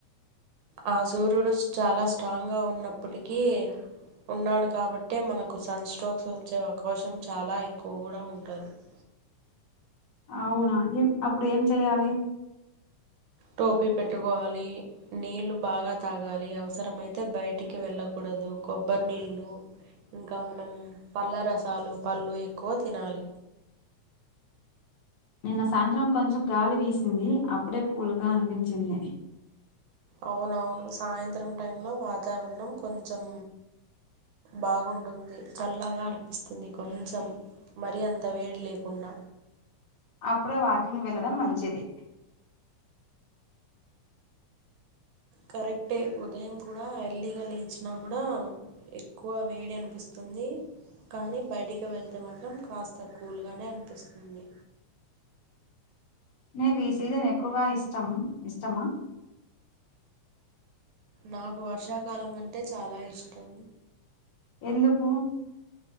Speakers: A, on the right (about 75°); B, on the left (about 65°).
A: ఆ సూర్యుడు చాలా స్ట్రాంగ్గా ఉన్నప్పటికీ ఉన్నాడు కాబట్టే మనకు సన్ స్ట్రోక్స్ వచ్చే అవకాశం చాలా ఎక్కువ కూడా ఉంటాది <inaudible>
B: అవునా అప్పుడు ఏం చెయ్యాలి
A: టోపీ పెట్టుకోవాలి నీళ్ళు బాగా తాగాలి అవసరం అయితే బయటికి వెళ్ళకూడదు కొబ్బరి నీళ్ళు ఇంకా మనం పళ్ళ రసాలు పళ్ళు ఎక్కువ తినాలి
B: నిన్న సాయంత్రం కొంచెం గాలి వీసింది అప్పుడే కూల్గా అనిపించింది
A: అవునవును సాయంత్రం టై లో వాతావరణం కొంచెం బాగుంటుంది చల్లగా అనిపిస్తుంది కొంచెం మరిీ అంత వేడి లేకుండా
B: అప్పుడే వాకింగ్ వెళ్ళడం మంచిది
A: కరెక్టే ఉదయం కూడా ఎర్లీగా లేచిన కూడా ఎక్కువ వేడి అనిపిస్తుంది కానీ బయటికి వెళ్తే మాత్రం కాస్త కూల్గానే అనిపిస్తుంది
B: నీకు ఈ సీజన్ ఎక్కువ ఇష్టం ఇష్టమా
A: నాకు వర్షాకాలం అంటే చాలా ఇష్టం
B: ఎందుకు